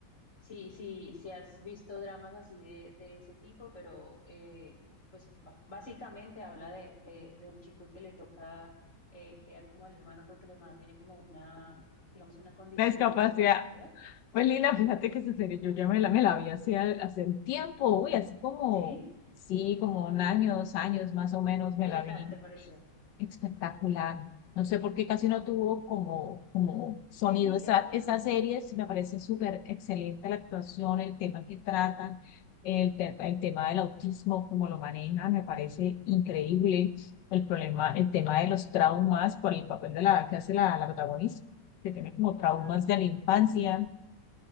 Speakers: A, on the left; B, on the left.
A: Sí, sí, sí has visto dramas así de, de ese tipo, pero eh, pues ba- básicamente habla de, de, de un chico que le toca eh, criar como al hermano porque el hermano tiene como una, digamos, una condición
B: la discapacidad.
A: de discapacidad.
B: Pues Lina, fíjate que esa serie yo ya me la, me la vi hace, hace un tiempo, uy, hace como,
A: ¿Sí?
B: sí, como un año, dos años más o menos me
A: ¿Y
B: la
A: qué tal
B: vi.
A: te pareció?
B: Espectacular. No sé por qué casi no tuvo como, como sonido
A: Sí, ¿cierto?
B: esa, esa serie. sí Me parece súper excelente la actuación, el tema que tratan, el, te- el tema del autismo, cómo lo manejan, me parece increíble. El problema, el tema de los traumas por el papel de la que hace la, la protagonista, que tiene como traumas
A: Claro.
B: de la infancia.